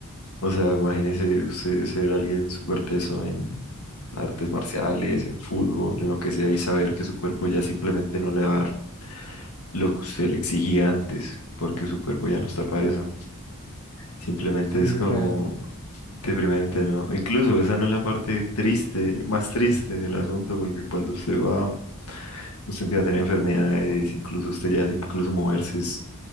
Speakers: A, on the left; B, on the left.
A: O sea, imagínese usted ser alguien súper teso en artes marciales, en fútbol, en lo que sea, y saber que su cuerpo ya simplemente no le va a dar lo que usted le exigía antes, porque su cuerpo ya no está para eso. Simplemente
B: sí
A: es
B: es
A: como
B: real,
A: Deprimente, ¿no? Incluso esa no es la parte triste, más triste del asunto, porque cuando usted va, usted empieza a tener enfermedades, incluso usted ya, incluso moverse es,